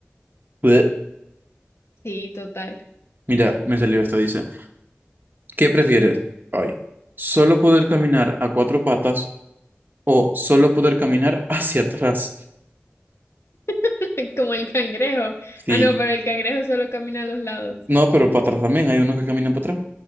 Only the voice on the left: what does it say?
Sí, total.
<laughs> Como el cangrejo.
Ah, no, pero el cangrejo solo camina a los lados.